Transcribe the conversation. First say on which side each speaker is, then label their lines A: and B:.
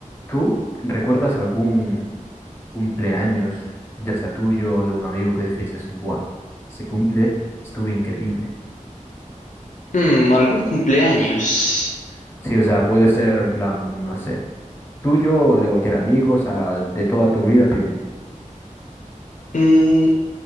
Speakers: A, on the left; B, on the left.
A: ¿Tú recuerdas algún cumpleaños, ya sea tuyo o de un amigo que dices, buah, se cumple, estuvo increíble?
B: Mm, algún cumpleaños.
A: Sí, o sea, puede ser en plan, no sé, tuyo o de cualquier amigo, o sea, de toda tu vida, dime.
B: Mm,